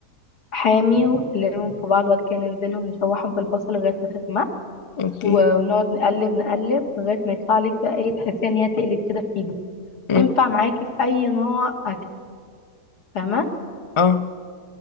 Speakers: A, on the left; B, on the left.
A: حامي ونقلبهم في بعض وبعد كده ننزلهم نشوحهم بالبصل لغاية ما تغمق
B: اوكي
A: ونقعد نقلب نقلب لغاية ما يطلع لك بقى ايه تحسيها ان هي تقلب كده في ايدك
B: مم.
A: تنفع معاكي في اي نوع اكل فاهمة
B: اه